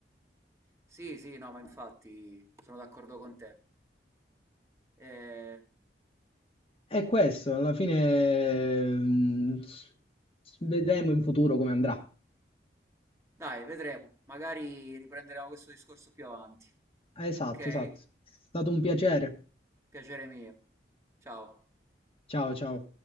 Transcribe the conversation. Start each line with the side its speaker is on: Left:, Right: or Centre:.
Right: Sì, sì, no, ma infatti sono d'accordo con te. Eh,
Left: È questo, alla fine mm, vedremo in futuro come andrà.
Right: dai, vedremo. Magari riprenderemo questo discorso più avanti.
Left: Esatto,
Right: Ok?
Left: esatto. È stato un piacere.
Right: Piacere mio. Ciao.
Left: Ciao, ciao.